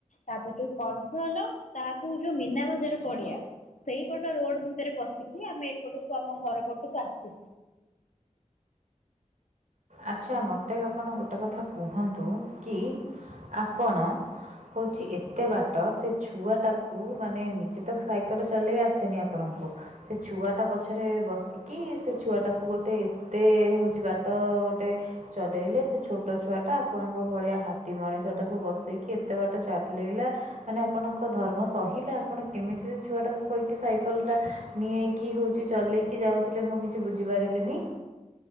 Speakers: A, on the left; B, on the right.
A: ତାପରେ ଯୋଉ କଣ୍ଟ୍ରୋଲ ତାକୁ ଯୋଉ ମିନା ବଜାର ପଡିଆ ସେଇପଟ ରୋଡ ଭିତରେ ପଶିକି ଆମେ ଏପଟକୁ ଆମ ଘର ପଟକୁ ଆସିଲୁ।
B: ଆଚ୍ଛା ମୋତେ ଆପଣ ଗୋଟେ କଥା କୁହନ୍ତୁ କି, ଆପଣ? ହଉଛି ଏତେ ବାଟ ସେ ଛୁଆଟାକୁ ମାନେ ନିଜେ ତ ସାଇକଲ ଚଲେଇ ଆସେନି ଆପଣଙ୍କୁ,। ସେ ଛୁଆଟା ପଛରେ ବସିକି ସେ ଛୁଆଟାକୁ ଗୋଟେ ଏତେ ହଉଛି ବାଟ ଗୋ <unintelligible> ଚଲେଇଲେ ସେ ଛୋଟ ଛୁଆଟା ଆପଣଙ୍କ ଭଳିଆ ହାତୀ ମଣିଷଟାକୁ ବସେଇକି ଏତେ ବାଟ ଚାଲିଲା ମାନେ ଆପଣଙ୍କ ଧର୍ମ ସହିଲା ଆପଣ କେମିତି ସେ ଛୁଆ ଟାକୁ କହିକି ସାଇକଲ ଟା ନିଆଇକି ହଉଛି ଚଲେଇକି ଯାଉଥିଲେ ମୁଁ କିଛି ବୁଝିପାରିଲିନି?